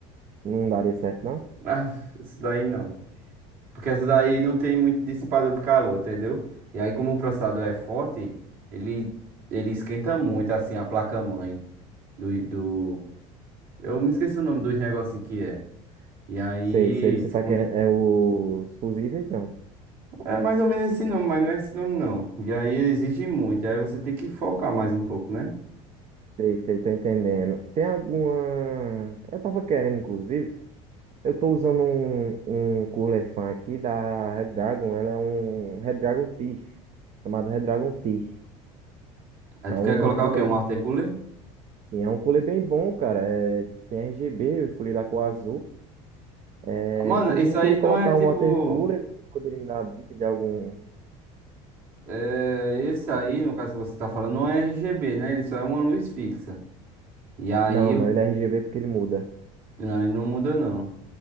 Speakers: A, on the right; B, on the right.
A: Não daria certo, não?
B: <laughs> ah, isso daí não. Porque essa daí não tem muito dissipador de calor, entendeu? E aí, como o processador é forte, ele, ele esquenta muito, assim, a placa-mãe do, do... Eu me esqueci o nome dos negocinhos que é. E aí,
A: Sei, sei o que
B: se
A: você tá
B: quando-
A: querendo. É os fusíveis, não?
B: é mais ou menos esse nome, mas não é esse nome, não. E aí, exige muito. Aí você tem que focar mais um pouco, né?
A: Sei, sei, tô entendendo. Tem alguma. Eu tava querendo, inclusive. Eu tô usando um, um cooler fan aqui da Red Dragon. Ela é um Red Dragon Tish, chamado Red Dragon Tish.
B: Aí
A: É
B: tu
A: um
B: quer colocar
A: cooler,
B: o quê? Um water cooler?
A: sim, é um cooler bem bom, cara. É, tem RGB, eu escolhi da cor azul. É,
B: Mano,
A: inclusive
B: isso
A: eu
B: aí
A: queria
B: não
A: colocar
B: é tipo...
A: um water cooler, você poderia me dar uma dica de algum...
B: É, esse aí, no caso que você tá falando, não é RGB, né? Ele só é uma luz fixa. E aí,
A: Não, não,
B: o-
A: ele é RGB porque ele muda.
B: não, ele não muda, não.